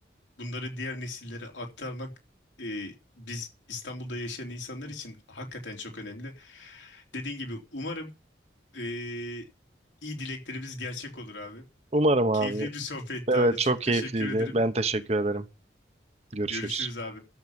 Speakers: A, on the left; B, on the right.
A: bunları diğer nesillere aktarmak e, biz İstanbul'da yaşayan insanlar için hakikaten çok önemli. Dediğin gibi umarım e, iyi dileklerimiz gerçek olur abi.
B: Umarım abi.
A: Keyifli bir sohbetti
B: Evet
A: abi.
B: çok
A: Çok
B: keyifliydi.
A: teşekkür ederim.
B: Ben teşekkür ederim. Görüşürüz.
A: Görüşürüz abi.